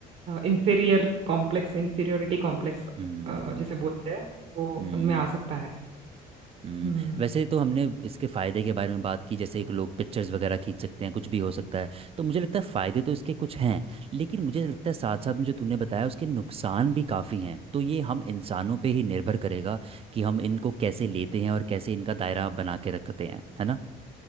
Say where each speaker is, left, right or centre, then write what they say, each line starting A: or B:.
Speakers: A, on the right; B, on the right.
A: इंफीरियर कॉम्प्लेक्स इंफीरियोरिटी कॉम्प्लेक्स
B: हम्म
A: जिसे बोलते हैं वो
B: हम्म
A: उनमें आ सकता है
B: हम्म,
A: हम्म।
B: वैसे तो हमने इसके फ़ायदे के बारे में बात की जैसे कि लोग पिक्चर्स वगैरह खींच सकते हैं कुछ भी हो सकता है तो मुझे लगता है फ़ायदे तो इसके कुछ हैं लेकिन मुझे लगता है साथ साथ में जो तूने बताया उसके नुकसान भी काफ़ी हैं तो ये हम इंसानों पे ही निर्भर करेगा कि हम इनको कैसे लेते हैं और कैसे इनका दायरा बना के रखते हैं है ना